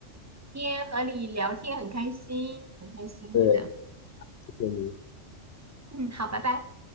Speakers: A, on the right; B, on the left.
A: 今天和你聊天很开心，很开心，
B: 对，
A: 真的。
B: 谢谢你。
A: 嗯，好，拜拜。